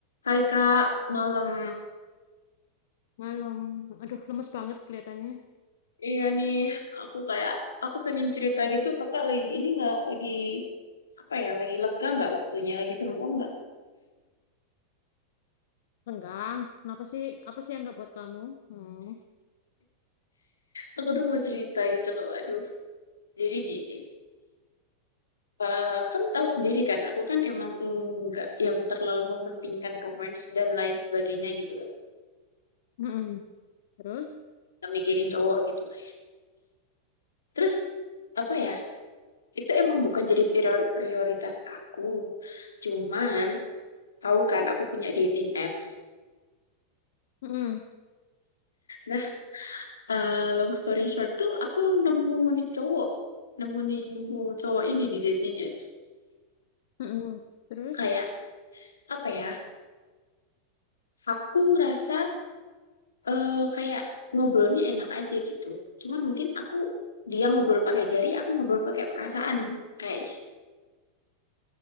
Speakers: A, on the left; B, on the left.
A: Hai Kak, malam.
B: Malam. Aduh, lemes banget kelihatannya.
A: Iya nih, aku kayak aku pengen cerita gitu. Kakak lagi ini nggak lagi apa ya? Lagi lega nggak waktunya? Lagi senggang nggak?
B: Renggang. Kenapa sih? Apa sih yang nggak buat kamu? Hmm.
A: Aku tuh mau cerita gitu loh. Aduh, jadi gini. Eh, kan tahu sendiri kan, aku kan emang nggak yang terlalu mementingkan romance dan lain sebagainya gitu kan.
B: Mm-mm. Terus?
A: Nggak mikirin cowok gitu lah. ya. Terus apa ya? Itu emang bukan jadi prior- prioritas aku. Cuman tahu kan, aku punya dating apps.
B: Mm-mm.
A: Nah, eh, long story short tuh aku nemu nih cowok nemu nih nemu cowok ini di dating apps
B: Mm-mm. Terus?
A: kayak apa ya aku ngerasa eh, kayak ngobrolnya enak aja gitu cuman mungkin aku dia ngobrol pakai jari aku ngobrol pakai perasaan kayaknya